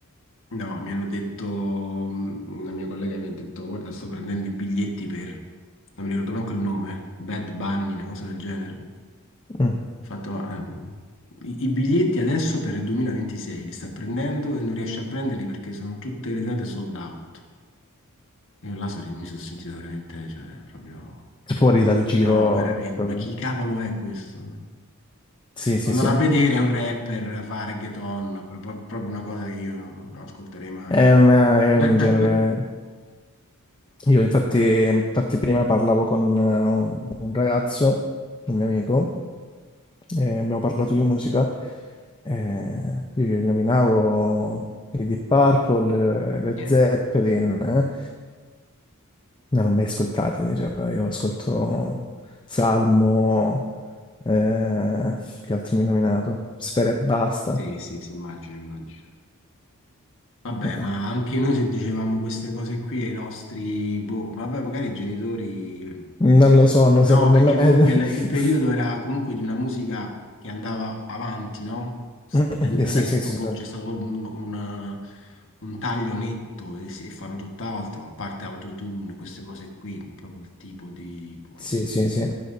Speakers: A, on the left; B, on the left.
A: No, mi hanno detto, mh, una mia collega mi ha detto, guarda, sto prendendo i biglietti per, non mi ricordo manco il nome, Bad Bunny, una cosa del genere. Ho
B: mm,
A: Fatto, ma, ehm, i, i biglietti adesso per il 2026 li sta prendendo e non riesce a prenderli perché sono tutte le date sold out. Io là so- mi sono sentito veramente, cioè, proprio...
B: fuori dal giro
A: No, veramente,
B: proprio.
A: ma chi cavolo è questo? No.
B: Sì, sì,
A: Andare
B: sì.
A: a vedere è un rapper, fa reggaeton, pro- pro- proprio una cosa che io non ascolterei mai.
B: Ehm, È, un
A: <laughs>
B: genere. Io infatti, infatti prima parlavo con eh, un, un ragazzo, un mio amico, e abbiamo parlato di musica. e io gli nominavo i Deep Purple, eh, le
A: Niente.
B: Zeppelin, eh. Non l'ho mai ascoltato, mi diceva, io ascolto Salmo, eh, che altro mi ha nominato? Sfera e basta.
A: Sì, sì, sì, immagino, immagino. Vabbè,
B: Eh,
A: ma anche noi se dicevamo queste cose qui ai nostri, boh, vabbè, magari i genitori
B: non lo so, no, secondo
A: No, perché
B: me...
A: comunque il,
B: <laughs>
A: il periodo era comunque di una musica che andava avanti, no? S-
B: Eh,
A: e
B: sì,
A: Adesso
B: sì,
A: è proprio-
B: sì, sì,
A: c'è stato proprio un, un, un taglio netto e, si- e fanno tutt'altro, a parte autotune, queste cose qui, proprio il tipo di... boh,
B: sì,
A: no.
B: sì, sì. sì.